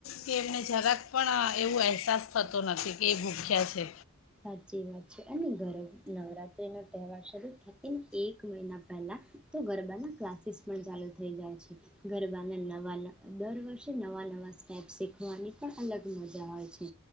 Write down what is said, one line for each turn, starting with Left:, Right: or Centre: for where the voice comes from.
Left: કે એમને જરાક પણ એવો અહેસાસ થતો નથી કે એ ભૂખ્યા છે.
Centre: સાચી વાત છે અને ગર નવરાત્રીનો તહેવાર શરૂ થાય એમ, એક મહિના પહેલા તો ગરબાના ક્લાસીસ પણ ચાલુ થઈ જાય છે. ગરબાને નવા દર વર્ષે નવા નવા સ્ટેપ શીખવાની પણ અલગ મજા આવે છે,